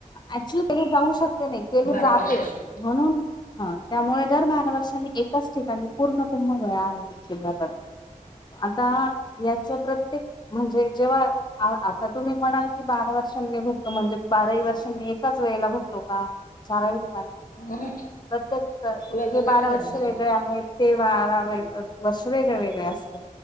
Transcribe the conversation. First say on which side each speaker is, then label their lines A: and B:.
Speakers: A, on the left; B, on the left.
A: ऍक्च्युली क जाऊ शकत नाही केले
B: बारा
A: जातेच
B: वर्षांनी
A: म्हणून हा त्यामुळे दर बारा वर्षांनी एकाच ठिकाणी पूर्ण कुंभमेळा आर्जित केला जातो आता याच प्रत्येक म्हणजे जेव्हा आता तुम्ही म्हणाल की बारा वर्षांनी भरतो म्हणजे बाराही वर्षांनीी एकाच वेळेला भरतो का चारवी
B: हम्म.
A: प्रत्ये
B: वेगवेगळ्या
A: बारा
B: ठिकाणी
A: वर्ष
B: असतो
A: वेगळे आहेत ते बार बा वर्ष वेगळे वेगळे असतात